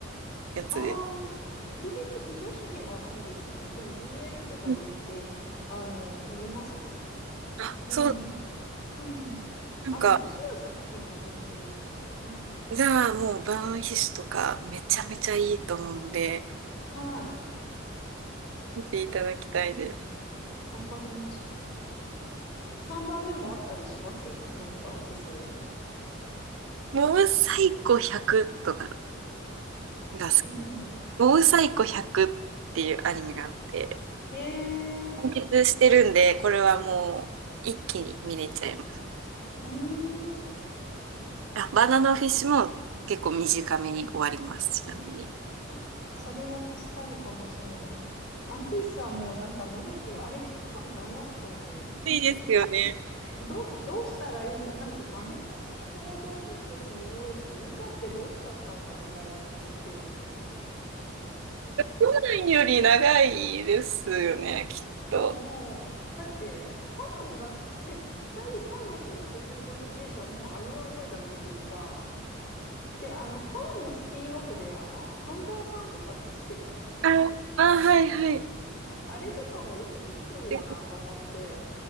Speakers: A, on the right; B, on the left.
A: やつです。
B: あ、特別不女子ではないですけど、でも BL とか全然、
A: うん
B: あの、読みますね。
A: あ、
B: うん。
A: そう、
B: うん。
A: なんか、
B: あの、面白い作品を全然読む。うん。
A: じゃあもう、バーンヒシュとか、めちゃめちゃいいと思うんで、
B: はい。
A: 見ていただきたいです。
B: わかりました。3番目もあったりしますなんかおすすめ。
A: モブサイコ100とかが好き。
B: なに
A: モブサイコ100っていうアニメがあって、
B: えー、
A: 完結してるんで、これはもう一気に見れちゃいます。
B: うーん。
A: あ、バナナフィッシュも結構短めに終わります、ちなみに。
B: あ、それは助かるかもしれない。ワンピースはもうなんか長く、あれ100巻超えましたよね。
A: 暑いですよね。
B: なんかどう、どうしたらいいんだなんか画面に登場人物も多いし、ニカってどうしちゃったんだみたいになっちゃってるし。
A: 1より長いですよね、きっと。
B: もうもう、だってコナンもだ、絶対365日以上もうあのまんまじゃないですか。で、あのコナンのスピンオフで、あの、半沢さんとかって知ってたりします
A: あ、あ、はいはい。
B: あれとかもよくできてるよなと思って、
A: で